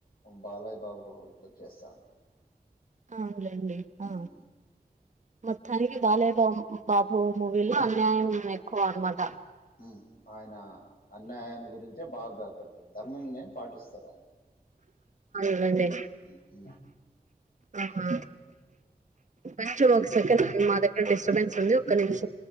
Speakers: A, on the left (about 65°); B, on the right (about 50°).
A: బాలయ్య బాబు ఇట్లా చేస్తా ఉంటాడు
B: అవును లే డి ఆ
A: ఉమ్
B: మొత్తానికి బాలయ్యబా బాబు ఓం మూవీలో అన్యాయం <unintelligible>
A: ఉమ్ ఆయనా అన్యాయాన్ని గురించి బాగా పెద్దది ధర్మం నే పాటిస్తారు ఆయన
B: అవుండి
A: ఉమ్ ఉమ్
B: ఆహా కొంచెం ఒక సెకండ్ మా దగ్గర డిస్టర్ బెన్స్ ఉంది ఒక్క నిమిషం